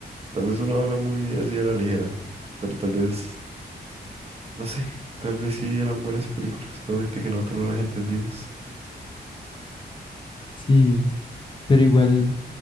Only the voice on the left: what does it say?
Sí, pero igual.